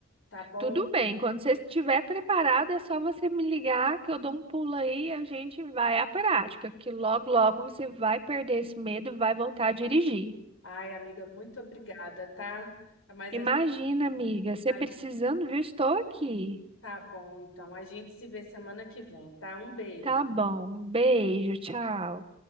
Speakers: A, on the left (about 75°); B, on the right (about 25°).
A: tá bom?
B: Tudo bem, quando você estiver preparado, é só você me ligar que eu dou um pulo aí e a gente vai à prática, que logo, logo você vai perder esse medo e vai voltar a dirigir.
A: Ai, amiga, muito obrigada, tá? Mas
B: Imagina,
A: a gente.
B: amiga, você
A: ai,
B: precisando, viu? Estou aqui.
A: Tá bom, então. A gente se vê semana que vem, tá? Um beijo.
B: Tá bom, beijo, tchau.